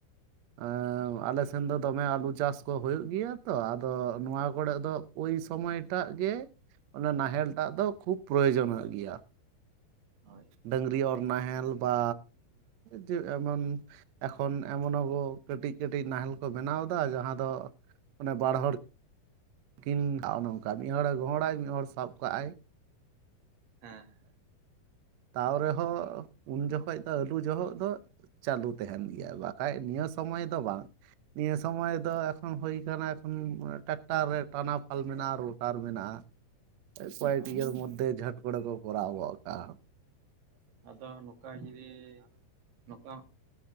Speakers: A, on the right; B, on the right.
A: ᱮᱸᱻ ᱟᱞᱮᱥᱱ ᱫᱚ ᱫᱚᱢᱮ ᱟᱞᱩ ᱪᱟᱥ ᱠᱚ ᱦᱩᱭᱩᱜ ᱜᱮᱭᱟ ᱛᱚ ᱟᱫᱚ, ᱱᱚᱣᱟ ᱠᱚᱲᱮᱜ ᱫᱚ ᱳᱭ ᱥᱚᱢᱚᱭᱴᱟᱜ ᱜᱮ ᱚᱱᱟ ᱱᱟᱦᱮᱞ ᱴᱟᱜ ᱫᱚ ᱠᱷᱩᱵ ᱯᱨᱚᱭᱳᱡᱚᱱᱚᱜ ᱜᱮᱭᱟ᱾
B: ᱦᱳᱭ
A: ᱰᱟᱝᱨᱤ ᱚᱨ ᱱᱟᱦᱮᱞ ᱵᱟ ᱡᱮ ᱮᱢᱚᱱ ᱮᱠᱷᱚᱱ ᱮᱢᱚᱱᱚᱜᱚ ᱠᱟᱹᱴᱤᱡ ᱠᱟᱹᱴᱤᱡ ᱱᱟᱦᱮᱞ ᱠᱚ ᱵᱮᱱᱟᱣᱫᱟ ᱡᱟᱦᱟᱸ ᱫᱚ ᱚᱱᱮ ᱵᱟᱲᱦᱚᱲ ᱠᱤᱱᱝᱠᱟ ᱢᱤᱫᱦᱚᱲᱮ ᱜᱚᱦᱚᱲᱟᱭ ᱢᱤᱫᱦᱚᱲ ᱥᱟᱵ ᱠᱟᱜ ᱟᱭ,
B: ᱦᱮᱸ
A: ᱛᱟᱣ ᱨᱮᱦᱚᱸ ᱩᱱ ᱡᱚᱠᱷᱚᱡ ᱫᱚ ᱟᱹᱞᱩ ᱡᱚᱦᱚᱜ ᱫᱚ ᱪᱟᱹᱞᱩ ᱛᱟᱦᱮᱱ ᱜᱮᱭᱟ ᱵᱟᱠᱷᱟᱡ ᱱᱤᱭᱟᱹ ᱥᱚᱢᱚᱭ ᱫᱚ ᱵᱟᱝ ᱱᱤᱭᱟᱹ ᱥᱚᱢᱚᱭ ᱫᱚ ᱮᱠᱷᱚᱱ ᱦᱩᱭ ᱠᱟᱱᱟ ᱠᱷᱚᱱ ᱴᱟᱠᱴᱟᱨ ᱨᱮ ᱴᱟᱱᱟᱣ ᱯᱷᱟᱞ ᱢᱮᱱᱟᱜ-ᱟ ᱨᱳᱴᱟᱨ ᱢᱮᱱᱟᱜ-ᱟ, ᱠᱚᱭᱮᱠ
B: ᱦᱳᱭ
A: ᱤᱭᱟᱹ ᱢᱚᱫᱽᱫᱷᱮ ᱡᱷᱟᱴ ᱠᱚᱲᱮ ᱠᱚ ᱠᱚᱨᱟᱣ ᱜᱚᱜ ᱠᱟᱜ-ᱟ᱾
B: ᱟᱫᱚ ᱱᱚᱠᱟ ᱡᱩᱫᱤ ᱱᱚᱠᱟ